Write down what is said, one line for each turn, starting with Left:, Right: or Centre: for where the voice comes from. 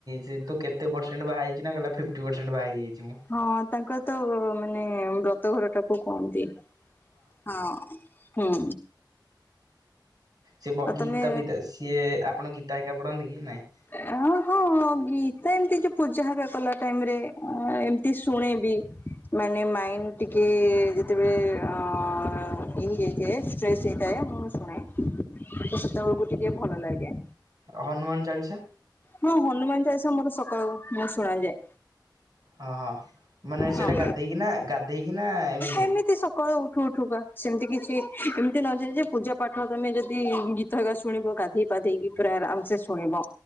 Right: ଯେ ତୁ କେତେ ପରସେଣ୍ଟ ବାହା ହେଇଛୁ ନା କହିଲା ଫିପ୍ଟି ପରସେଣ୍ଟ ବାହା ହେଇଯାଇଛି ମୁଁ।
Left: ହଁ ତାଙ୍କର ତ ମାନେ ବ୍ରତଘରଟାକୁ କୁହନ୍ତି। ହଁ। ହୁଁ।
Right: ସେ ବ
Left: ଆଉ
Right: ଗୀତ
Left: ତମେ
Right: ଫିତା ସିଏ ଆପଣଙ୍କ ଗୀତା ହେରିକା ପଢ଼ନ୍ତି କି ନାଇଁ।
Left: ଏ ହଁ ହଁ। ହଁ ଗୀତା ଏମିତି ଯୋଉ ପୂଜା ହକା କଲା ଟାଇମ୍ ରେ ଅ ଏମିତି ଶୁଣେ ବି। ମାନେ ମାଇଣ୍ଡ ଟିକେ ଯେତେବେଳେ ଅ ଇଏ ହେଇଯାଏ ଷ୍ଟ୍ରେସ୍ ହେଇଥାଏ, ମୁଁ ଶୁଣେ। ତ ସେତବେଳକୁ ଟିକେ ଭଲ ଲାଗେ।
Right: ଅ ହନୁମାନ ଚାଳିଶା?
Left: ହଁ ହନୁମାନ ଚାଳିଶା ମୋର ସକାଳକୁ ମୁଁ ଶୁଣାଯାଏ।
Right: ଅ ହ ମାନେ ସେଇଟା
Left: ହଁ
Right: ଗାଧେଇକି ନା ଗାଧେଇକି ନା ଏମତି?
Left: ଏମିତି ସକାଳୁ ଉଠୁ ଉଠୁକା, ସେମିତି କିଚି ଏମିତି ନ ଯାଏ ଯେ ପୂଜା ପାଠ ତମେ ଯଦି ଗୀ ତହକା ଶୁଣିବ ଗାଧେଇ ପାଧେଇକି ପୁରା ଆରାମ୍ ସେ ସୁ ଶୁଣିବ,